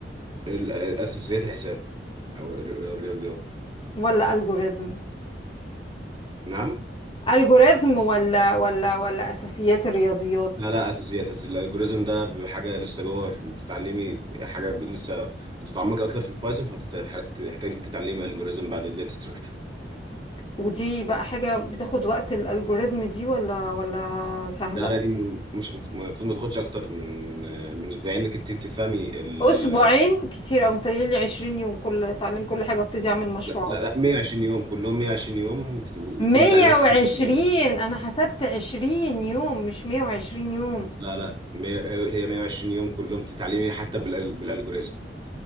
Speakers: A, on the right; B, on the left.
A: ال- الاساسيات الحساب او ال- الرياضيات
B: ولا الجوريزم
A: نعم
B: الجوريزم ولا ولا ولا اساسيات الرياضيات
A: لا لا اساسيات أس... الالجوريزم ده بيبقى حاجه لسه جوه بتتعلمي حاجه ب- لسه هتتعمقي اكتر في البايثون فهتحتاج انك تتعلمي الجوريزم بعد الداتا ستراكشر
B: ودي بقى حاجة بتاخد وقت الالجوريزم دي ولا ولا سهلة
A: لا لا دي م- مش المفروض ما تاخدش اكتر من من اسبوعين انك انت تفهمي ال...
B: اسبوعين كتير او انت لي 20 يوم كل اتعلم كل حاجة وابتدي اعمل مشروعات
A: لا لا لا 120 يوم كلهم 120 يوم وتكوني
B: 120
A: متعلمه كل الالجوريزم
B: انا حسبت 20 يوم مش 120 يوم
A: لا لا مية- هي 120 يوم كلهم تتعلمي حتى بالال- بالالجوريزم